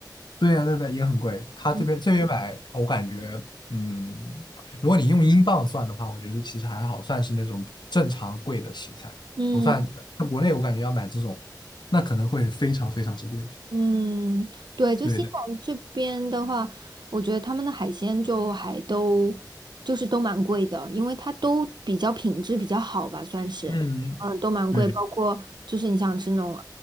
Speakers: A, on the left; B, on the right.
A: 对呀，对对，也很贵。他这边这边买，
B: 嗯。
A: 我感觉，嗯，如果你用英镑算的话，我觉得其实还好，算是那种正常贵的食材，
B: 嗯
A: 不算。在国内，我感觉要买这种，那可能会非常非常之贵。
B: 嗯，对，就新西兰这边的话，
A: 对的，
B: 我觉得他们的海鲜就还都就是都蛮贵的，因为它都比较品质比较好吧，算是，
A: 嗯，
B: 嗯，都蛮贵，
A: 对，
B: 包括就是你想吃那种